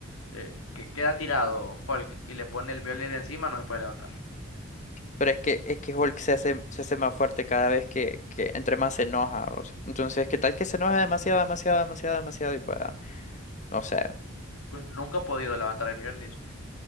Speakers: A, on the left (about 85°); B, on the left (about 35°).
A: eh, que queda tirado Hulk y le pone el Mjolnir encima, no se puede levantar.
B: Pero es que, es que Hulk se hace, se hace más fuerte cada vez que, que entre más se enoja. o sea, Entonces, ¿qué tal que se enoja demasiado, demasiado, demasiado, demasiado? Y pueda. No sé.
A: Pues nunca ha podido levantar el Mjolnir.